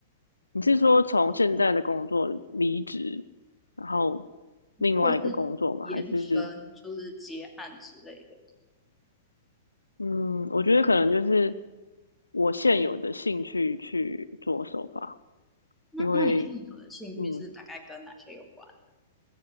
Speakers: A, on the left; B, in the centre.
A: 你是说从现在的工作离职，然后另外一个工作吗？
B: 或是延伸，
A: 还是
B: 就是接案之类的。
A: 嗯，我觉得可能就是我现有的兴趣去着手吧，
B: 那那你现在有的兴趣是大概跟哪些有关？
A: 因为嗯